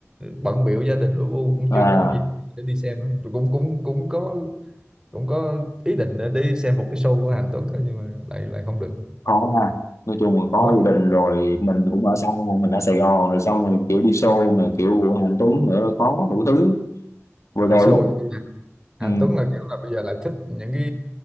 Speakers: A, on the right; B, on the left.
A: bận biểu gia đình lu bu cũng
B: à
A: chưa có dịp để đi xem á. Rồi cũng cũng cũng có cũng có ý định để đi xem một cái show của Hàn Tuấn á, nhưng mà lại lại không được
B: khó ha nói chung là có
A: có
B: gia đình rồi mình cũng ở xa mình ở Sài Gòn rồi xong rồi kiểu đi show rồi kiểu của Hà Tuấn nữa là có đủ thứ vừa
A: tại
B: rồi
A: show
B: lúc
A: này, Hàn
B: ừ,
A: Tuấn là kiểu là bây giờ lại thích những cái